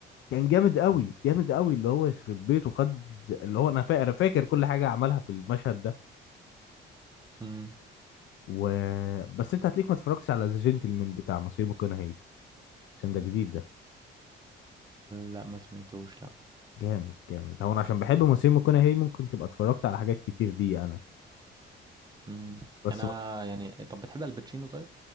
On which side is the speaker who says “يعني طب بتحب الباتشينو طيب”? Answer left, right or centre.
Right